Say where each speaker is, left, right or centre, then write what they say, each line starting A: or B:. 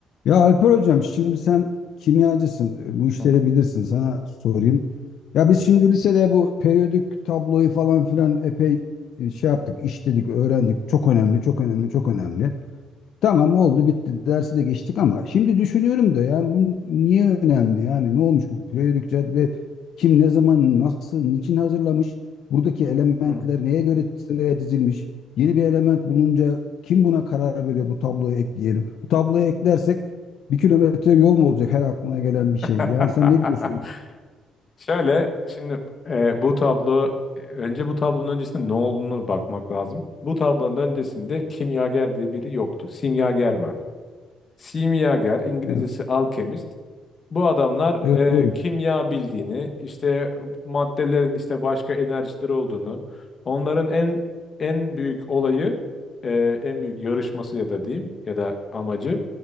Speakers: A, on the left; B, on the left.
A: Ya Alper hocam şimdi sen kimyacısın. e, Bu işleri
B: Hı hı.
A: bilirsin. Sana sorayım. Ya biz şimdi lisede bu periyodik tabloyu falan filan epey e, şey yaptık, işledik, öğrendik. Çok önemli, çok önemli, çok önemli. Tamam oldu bitti dersi de geçtik ama şimdi düşünüyorum da yani bu niye önemli yani ne olmuş bu periyodik cetvel kim ne zaman nasıl niçin hazırlamış buradaki elementler
B: Hı.
A: neye göre sıraya dizilmiş yeni bir element bulunca kim buna karar veriyor bu tabloyu ekleyelim bu tabloyu eklersek bir kilometre yol mu olacak her aklına gelen bir şey
B: <laughs>
A: yani sen ne diyorsun?
B: Şöyle şimdi e, bu tablo önce bu tablonun öncesinde ne olduğunu bakmak lazım. Bu tablonun öncesinde kimyager diye biri yoktu. Simyager vardı. Simyager, İngilizcesi
A: Evet,
B: alkemist. Bu adamlar
A: evet
B: e,
A: doğru.
B: kimya bildiğini, işte maddelerin işte başka enerjileri olduğunu, onların en en büyük olayı, e, en büyük yarışması ya da diyeyim ya da amacı